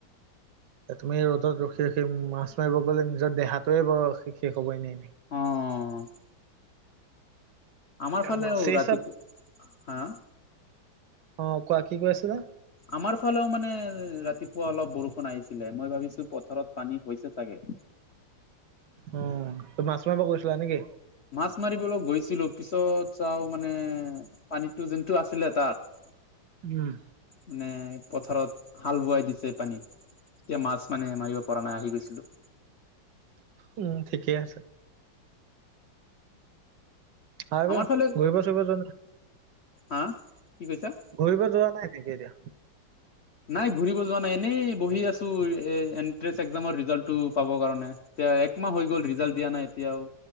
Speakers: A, on the right (about 70°); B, on the left (about 55°).
A: এ তুমি ৰ'দত ৰখি ৰখিম মাছ মাৰিব গ'লে নিজৰ দেহাটোয়ে ব-ৰ শেষ - শেষ হবই নে?
B: অ! আমাৰ ফালেও
A: মাছে
B: ৰাতিপু,
A: চাব
B: হা?
A: অ, কোৱা। কি কৈ আছিলা?
B: আমাৰ ফালেও মানে ৰাতিপুৱা অলপ বৰষুণ আহিছিলে মই ভাবিছো পথাৰত পানী হৈছে চাগে।
A: উম ত মাছ মাৰিব গৈছিলা নেকি?
B: মাছ মাৰিবলৈ গৈছিলোঁ পিছত চাওঁ মানে- পানীটো যোনটো আছিলে তাত।
A: উম।
B: মানে পথাৰত হাল বোৱাই দিছে পানী। তিয়া মাছ মানে মাৰিব পৰা নাই আহি গৈছিলোঁ।
A: উম ঠিকেই আছে। আৰু
B: আমাৰ ফালে,
A: ঘূৰিব চুৰিব যোৱা নাই
B: হা কি কৈছা?
A: ঘূৰিব যোৱা নাই নেকি এতিয়া?
B: নাই ঘূৰিব যোৱা নাই। এনেই বহি আছো এ এনট্ৰেছ এক্সামৰ ৰিজাল্টটো পাবৰ কাৰণে। এতিয়া একমাহ হৈ গ'ল ৰিজাল্ট দিয়া নাই এতিয়াও,